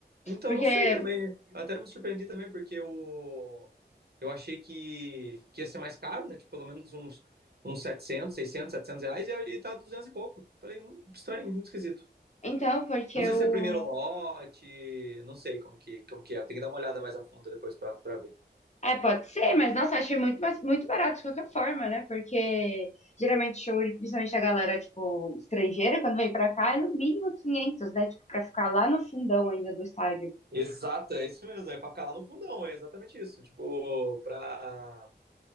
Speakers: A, on the right; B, on the left.
A: Então,
B: Porque.
A: não sei também. Até me surpreendi também, porque eu, eu achei que, que ia ser mais caro, né? Tipo, pelo menos uns, uns 700 600 700 reais, e, e tá 200 e pouco. Falei, muito estranho, muito esquisito.
B: Então, porque
A: Não sei
B: o.
A: se é <laughs> Uhum. primeiro lote, não sei como que, como que é. Tem que dar uma olhada mais a fundo depois pra, pra ver.
B: É, pode ser, mas nossa, achei muito, mais- muito barato de qualquer forma, né? Porque geralmente show, de- principalmente a galera, tipo, estrangeira, quando vem pra cá, é no mínimo 500, né? Tipo, pra ficar lá no fundão ainda do estádio.
A: Exato, é isso mesmo. É pra ficar lá no fundão, é exatamente isso. Tipo, pra,